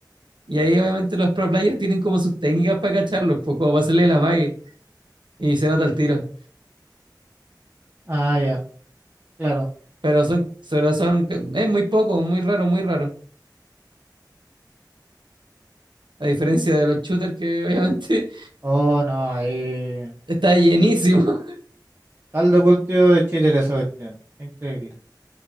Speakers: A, on the right (about 80°); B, on the right (about 30°).
A: Y ahí obviamente los pro players tienen como sus técnicas para cacharlos, pues, como para hacerle la mague y se nota el tiro.
B: Ah, ya, claro.
A: Pero son, solo son, es muy poco, muy raro, muy raro. A diferencia de los shooters que obviamente
B: Oh, no, ahí.
A: <laughs> está llenísimo.
B: Caldo cultivo de cheater esa cuestión. Increíble.